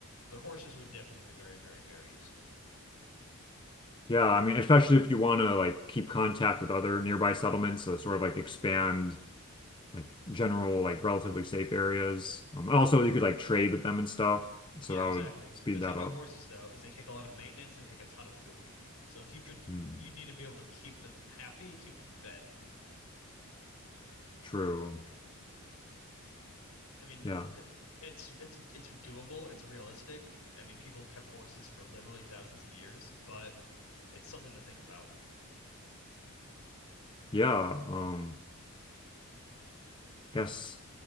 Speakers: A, on the left; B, on the left.
A: But horses would definitely be very, very, very useful.
B: Yeah, I mean, especially if you want to like keep contact with other nearby settlements, so sort of like expand. like general, like relatively safe areas. Um, and also you could like trade with them and stuff, so
A: Yeah,
B: that
A: exactly.
B: would speed
A: The thing
B: that
A: about
B: up.
A: horses, though, is they take a lot of maintenance, they take a ton of food. So if you could,
B: Hmm.
A: you need to be able to keep them happy, keep them fed.
B: True.
A: I mean,
B: Yeah.
A: th it's it's it's doable, it's realistic. I mean, people have kept horses for literally thousands of years, but it's something to think about.
B: Yeah. Um, guess